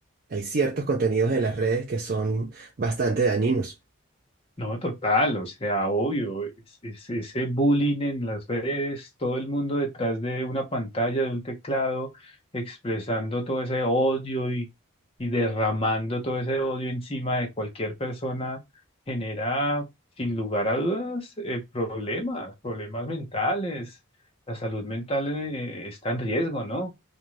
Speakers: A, on the right (about 40°); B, on the left (about 25°).
A: hay ciertos contenidos en las redes que son bastante dañinos.
B: No, total, o sea, obvio, es- es- ese bullying en las redes, todo el mundo detrás de una pantalla, de un teclado, expresando todo ese odio y, y derramando todo ese odio encima de cualquier persona, genera, sin lugar a dudas, eh, problemas, problemas mentales. La salud mental, eh, está en riesgo, ¿no?